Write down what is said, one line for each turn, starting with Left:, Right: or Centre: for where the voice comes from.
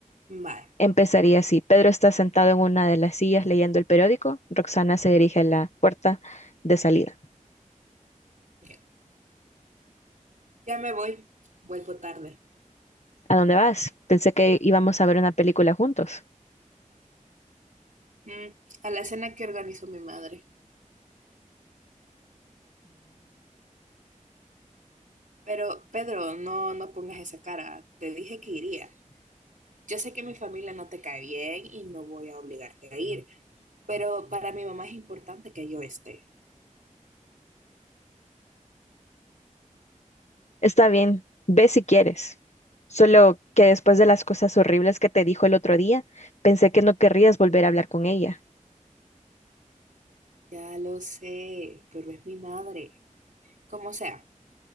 Right: Vale.
Left: empezaría así. Pedro está sentado en una de las sillas leyendo el periódico. Roxana se dirige a la puerta de salida.
Right: Ok. Ya me voy. Vuelvo tarde.
Left: ¿A dónde vas? Pensé que íbamos a ver una película juntos.
Right: Mm, a la cena que organizó mi madre. Pero, Pedro, no, no pongas esa cara. Te dije que iría. Yo sé que mi familia no te cae bien y no voy a obligarte a ir, pero para mi mamá es importante que yo esté.
Left: Está bien, ve si quieres. Solo que después de las cosas horribles que te dijo el otro día, pensé que no querrías volver a hablar con ella.
Right: Ya lo sé, pero es mi madre. Como sea,